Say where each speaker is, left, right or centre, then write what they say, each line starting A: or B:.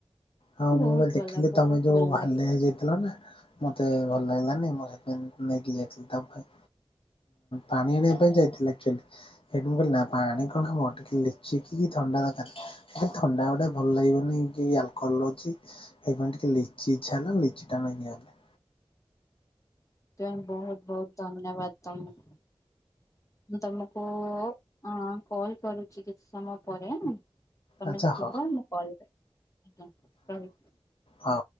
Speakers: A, on the left; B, on the left.
A: ହଁ ମୁଁ
B: ବହୁତ
A: ବା ଦେଖିଲି
B: ଭଲ ବହୁତ
A: ତମେ ଯୋଉ
B: ଭଲ ଲାଗେ
A: ହାଲିଆ ହେଇ ଯାଇଥିଲ ନା ମତେ ଭଲ ଲାଗିଲାନି ମୁଁ ସେଥିପାଇଁ ନେଇକି ଯାଇଥିଲି ତମ ପାଇଁଁ ପାଣି ଆଣିବା ପାଇଁ ଯାଇଥିଲି ସେଠି ମୁଁ କହିଲି ନା ପାଣି କଣ ହବ ଲିଚିକିି ଥଣ୍ଡା ଦରକାର ଥଣ୍ଡା ଗୋଟ୍ ଟା ଭଲ ଲାଗିବନି କି ଆଲକୋହଲ ଅଛି ସେଇପାଇଁ ଟିକେ ଲିଚି ଇ୍ଛା ହେଲା ଲିଚି ଟା ନେଇକି ଆଇଲି।
B: ତ ବହୁତ ବହୁତ ଧନ୍ୟବାଦ ତମକୁ। ମୁଁ ତମକୁ ଅ-କଲ କରୁଛି କିଛି ସମୟ ପରେ। ତମେ
A: ଆଚ୍ଛା
B: ଥିବା
A: ହଉ
B: ମୁଁ କଲ୍ କରିବି। <inaudible>
A: ହଁ।